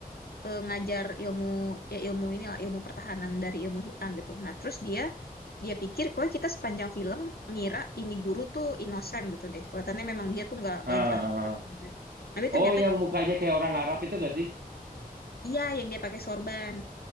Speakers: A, on the left; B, on the right.
A: eh, ngajar ilmu, ya ilmu ini lah, ilmu pertahanan dari ilmu hitam gitu. Nah, terus dia, dia pikir, pokoknya kita sepanjang film ngira ini guru tuh inosan gitu deh. Kelihatannya memang dia tuh nggak,
B: Ah,
A: nggak jahat.
B: ah, ah.
A: Tapi ternyata,
B: Oh yang mukanya kayak orang Arab itu nggak sih?
A: iya yang dia pakai sorban.